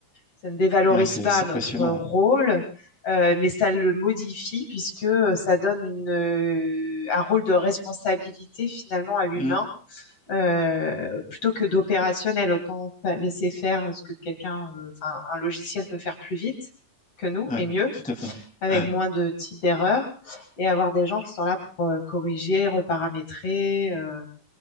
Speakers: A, on the left (about 45°); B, in the centre.
A: Ça ne dévalorise
B: ouais, c'est
A: pas
B: c'est
A: notre
B: passionnant.
A: rôle, euh, mais ça le modifie puisque euh, ça donne une, euh, un rôle de responsabilité finalement à l'humain.
B: hein. Hmm,
A: euh, plutôt que d'opérationnel, autant laisser faire ce que quelqu'un, euh, enfin, un logiciel peut faire plus vite que nous
B: Ouais,
A: et mieux
B: tout à fait.
A: avec
B: Ouais.
A: moins de types d'erreurs et avoir des gens qui sont là pour euh, corriger, reparamétrer. euh,